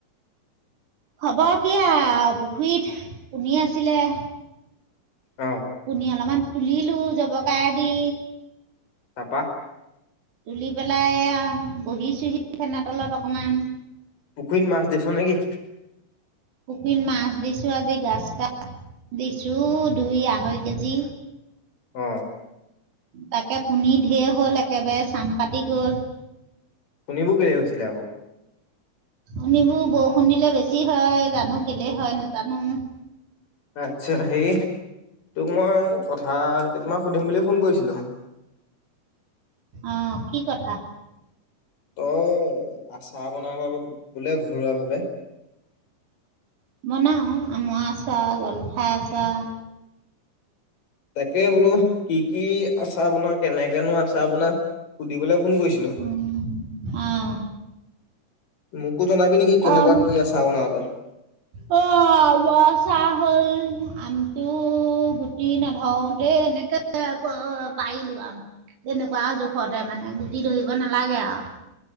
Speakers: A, on the right (about 70°); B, on the left (about 85°).
A: খবৰ কিয় পুখুৰীত পুনিআছিলে
B: অ
A: পুনি অলপমান তুলিলো জবকা দি
B: তাপা
A: তুলি পেলাই এয়া বহিচোহি ফেনৰ তলত অকমান।
B: পুখুৰীত মাছ দিছ' নেকি?
A: পুখুৰীত মাছ দিছো আজি, গ্ৰাস্কাত দিছো দুই-আঢ়ৈ কেজি।
B: অ।
A: তাকে পুনি ঢেৰ হ'ল। একেবাৰে চাম পাতি গ'ল।
B: সেইবোৰ কেলেই হৈছিলে আকৌ?
A: <unintelligible> বৰষুণ দিলে বেছি হয়, জানো কেলে হয় নাজানো।
B: আচ্ছা হেই তোক মই কথা কেইটামান সুধিম বুলি ফোন কৰিছিলো।
A: অহ, কি কথা?
B: তই আচাৰ বনাব বোলে ঘৰুৱা ভাৱে।
A: বনাও আমৰ আচাৰ, জলফাই আচাৰ
B: তাকে বোলো কি কি আচাৰ বনা কেনেকেনো আচাৰ বনা সুধিবলৈ ফোন কৰিছিলো।
A: উ আহ।
B: ম <unintelligible> কো জনাবি নেকি? কেনেকুৱা
A: আম
B: কি আচা বনা তই?
A: অ, আমৰ আচাৰ হ'ল। আমটো গুটি নধৰোতে এনেকে পাৰিলো আম যেনেকুৱা জোখতে মানে গুটি ধৰিব নালাগে আৰু।